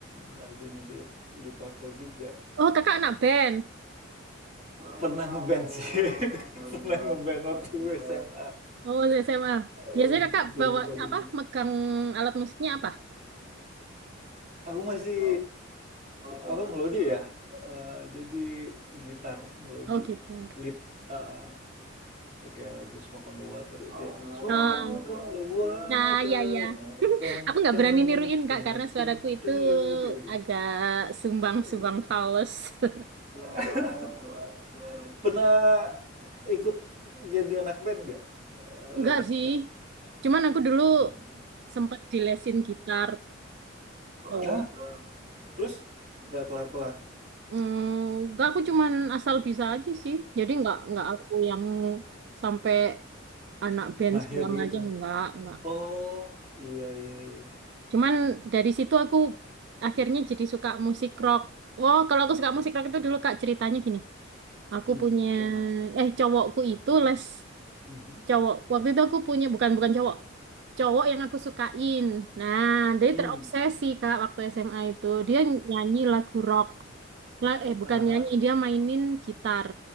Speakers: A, on the right (about 35°); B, on the right (about 60°).
A: lagunya di di Papel juga.
B: Oh, kakak anak band.
A: Pernah ngeband sih, <laughs> pernah ngeband waktu SMA.
B: Oh, SMA.
A: Eh,
B: Biasanya kakak
A: Lagu-lagunya.
B: bawa apa? Megang alat musiknya apa?
A: Aku masih apa melodi ya? Eh, jadi gitar melodi
B: Oh, gitar.
A: lead eh, ya kayak lagu Smoke on the Water itu ya. Smoke
B: Oh,
A: on the water.
B: nah, ya, ya.
A: Tung, tung,
B: Aku nggak
A: tung,
B: berani niruin,
A: tung,
B: Kak, karena suaraku
A: tung,
B: itu
A: tung, gitu kan.
B: agak sumbang-sumbang
A: Iya.
B: fals. <laughs>
A: <laughs> Pernah ikut jadi anak band nggak? Eh,
B: Enggak
A: Reno,
B: sih.
A: nggak?
B: Cuman aku dulu
A: Hmm.
B: sempat dilesin gitar tuh.
A: Hah? Terus nggak kelar-kelar?
B: Hmm, enggak, aku cuman asal bisa aja sih. Jadi nggak nggak aku yang sampai anak band
A: Mahir
B: segala macam.
A: gitu.
B: Enggak, enggak.
A: Oh, iya iya iya.
B: Cuman dari situ aku akhirnya jadi suka musik rock. Wow, kalau aku suka musik rock itu dulu Kak ceritanya gini. Aku
A: Mmm,
B: punya
A: kayak mana?
B: eh cowokku itu les
A: Mhm,
B: cowok. Waktu itu aku punya bukan bukan cowok. Cowok yang aku sukain. Nah, dia
A: mmm,
B: terobsesi Kak waktu SMA itu. Dia nyanyi lagu rock. La, eh
A: ah
B: bukan
A: hah,
B: nyanyi, dia mainin gitar.